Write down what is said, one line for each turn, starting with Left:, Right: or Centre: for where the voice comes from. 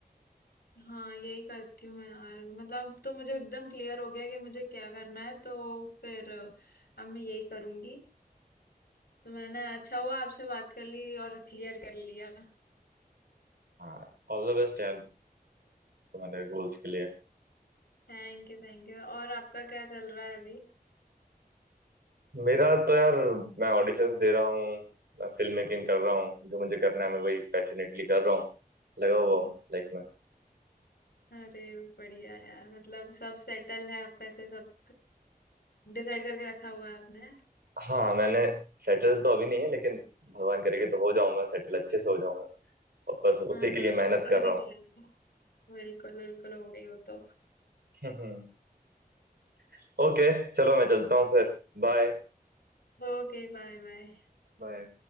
Left: हाँ यही करती हूँ मैं यार मतलब तो मुझे एकदम क्लियर हो गया कि मुझे क्या करना है तो फिर अ, अब मैं यही करूंगी तो मैंने अच्छा हुआ आपसे बात कर ली और क्लियर कर लिया
Right: हाँ ऑल द बेस्ट यार अ, तुम्हारे गोल्स के लिए
Left: Thank you thank you और आपका क्या चल रहा है अभी
Right: मेरा तो यार मैं ऑडिशंस दे रहा हूँ मैं फिल्म मेकिंग कर रहा हूँ जो मुझे करना है मैं वही पैशनेटली कर रहा हूँ लगा हुआ हूँ लाइफ में
Left: अरे बढ़िया यार मतलब सब सेटल है आपका ऐसे सब डिसाइड करके रखा हुआ है आपने
Right: हाँ मैंने सेटल तो अभी नहीं है लेकिन भगवान करेगा तो हो जाऊंगा सेटल अच्छे से हो जाऊंगा और बस उसी
Left: हाँ
Right: के
Left: हाँ
Right: लिए मेहनत
Left: तो
Right: कर
Left: वही
Right: रहा
Left: तो है। बिल्कुल बिल्कुल हो गई वो तो
Right: हूँ <laughs> ओके चलो मैं चलता हूँ फिर बाय
Left: Okay bye bye
Right: बाय